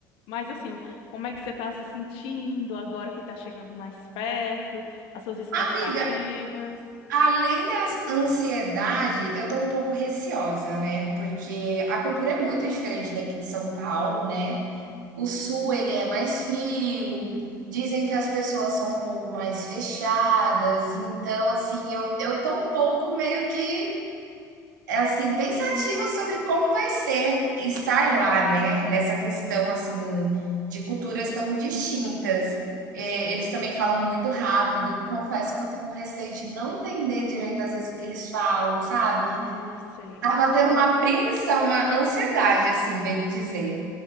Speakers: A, on the left; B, on the right.
A: mas assim, como é que você está se sentindo agora que está chegando mais perto? As suas expectativas?
B: Amiga, além da ansiedade, eu tô um pouco receosa, né? Porque a cultura é muito diferente daqui de São Paulo, né? O sul
A: Hum,
B: ele é mais frio, dizem que as pessoas são um pouco mais fechadas, então assim, eu, eu tô um pouco meio que é assim, pensativa sobre como vai ser estar lá, né? Nessa questão assim de culturas tão distintas. É, eles também falam muito rápido. Confesso que eu tô com receio de não entender direito às vezes o que eles falam, sabe?
A: Eu sei.
B: Tava tendo uma apreensão, uma ansiedade, assim, bem dizer.